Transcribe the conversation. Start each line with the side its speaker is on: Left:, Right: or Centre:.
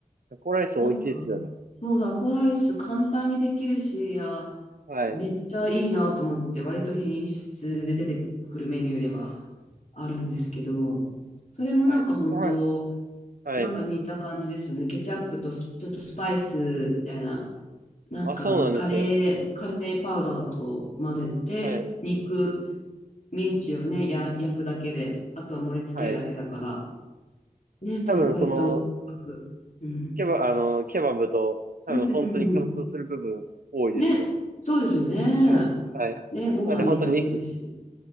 Right: タコライス美味しいですよね。
Left: なんか、そう、タコライス簡単にできるし、いや、
Right: はい。
Left: めっちゃいいなと思って、割と品質で出てくるメニューではあるんですけど、それもなんか本当、
Right: はい、タコライス。はい。
Left: なんか似た感じですよね。ケチャップとスちょっとスパイスみたいな。なんか、
Right: あ、そうなんですよ。
Left: カレー、カレーパウダーと混ぜて、
Right: はい。
Left: 肉、ミンチをね、や、焼くだけで、あとは盛り付けるだけだから、
Right: はい。
Left: ね、
Right: 多分、
Left: 割と楽。
Right: その、
Left: うん。
Right: ケバ、あの、ケバブと、多分、
Left: うんうんうん。
Right: 本当に共通する部分、多いですよ。
Left: ね、そうですよね。
Right: はい。はい。
Left: ね、ご飯にかけるし。
Right: なんで、本当に肉、